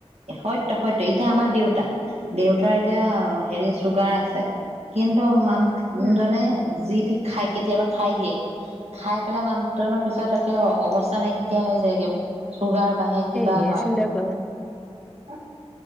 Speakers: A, on the right; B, in the centre.
A: সইত‌ - সইত, এতিয়া আমাৰ দেউত দেউতাৰ এতিয়া হেৰি চুগাৰ আছে । কিন্তু মা
B: উম
A: মানে যি তি খাই কেতিয়াবা খাই দিয়ে। খাই পেলাই মানুহজনৰ পিছত একে অৱ নাইকিয়া হৈ যায়গে চুগাৰ বাঢ়ে,
B: সেয়ে
A: কিবা হয়।
B: চিন্তা
A: অ
B: কৰা